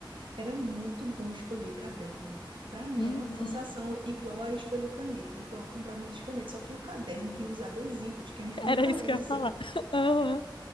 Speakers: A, on the right; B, on the left.
A: era muito bom escolher caderno. Para mim
B: Uhum.
A: era uma sensação igual a escolher caneta, igual a comprar muitas canetas, só que o caderno tem os adesivos que a gente
B: <laughs>
A: nunca
B: Era isso
A: usa.
B: que eu ia falar. <laughs> Aham,